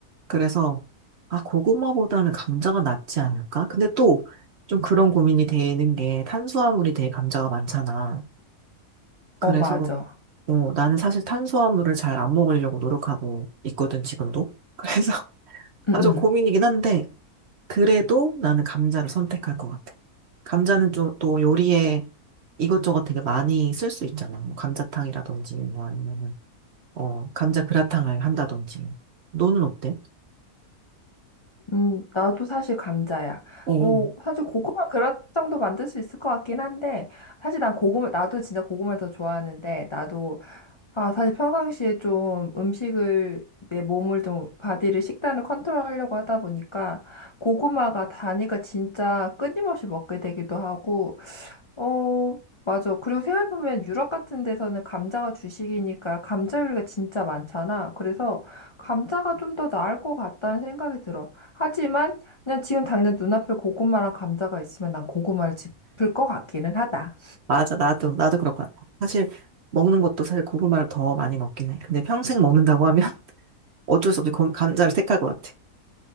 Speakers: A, on the right (about 55°); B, on the left (about 40°).
A: 그래서, 아, 고구마보다는 감자가 낫지 않을까? 근데 또, 좀 그런 고민이 되는 게 탄수화물이 되게 감자가 많잖아. 그래서
B: 어, 맞아.
A: 어, 나는 사실 탄수화물을 잘 안 먹으려고 노력하고 있거든, 지금도. 그래서 <laughs>
B: 응,
A: 아, 좀
B: 응.
A: 고민이긴 한데, 그래도 나는 감자를 선택할 것 같아. 감자는 좀, 또 요리에 이것저것 되게 많이 쓸 수 있잖아. 뭐 감자탕이라든지, 뭐 아니면은, 어, 감자 그라탕을 한다든지. 너는 어때?
B: 음, 나도 사실 감자야.
A: 어,
B: 어, 사실 고구마 그라탕도 만들 수 있을 것 같긴 한데, 사실 난 고구마, 나도 진짜 고구마를 더 좋아하는데, 나도, 아, 사실 평상시에 좀 음식을, 내 몸을 좀, 바디를, 식단을 컨트롤하려고 하다 보니까, 고구마가 다니까 진짜 끊임없이 먹게 되기도 하고, 어, 맞아. 그리고 생각해보면 유럽 같은 데서는 감자가 주식이니까 감자 요리가 진짜 많잖아. 그래서 감자가 좀 더 나을 것 같다는 생각이 들어. 하지만 그냥 지금 당장 눈앞에 고구마랑 감자가 있으면 난 고구마를 짚을 것 같기는 하다.
A: 맞아. 나도, 나도 그럴 것 같아. 사실, 먹는 것도 사실 고구마를 더 많이 먹긴 해. 근데 평생 먹는다고 하면 <laughs> 어쩔 수 없이 거- 감자를 택할 것 같아.